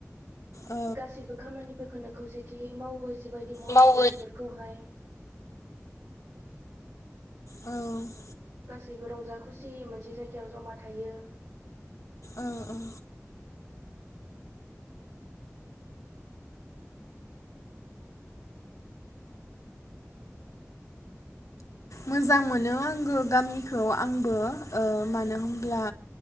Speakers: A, on the left; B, on the right.
A: औ
B: गासैबो खामानिफोरखौनो खौसेथि मावो बेबायदि मावनांगौ
A: मावो
B: बेफोरखौहाय
A: औ <inaudible>
B: गासैबो रंजा खुसियै मोनसे जायगायाव जमा थायो।
A: औ औ मोजां मोनो आंगो गामिखौ आंबो ओ मानो होनब्ला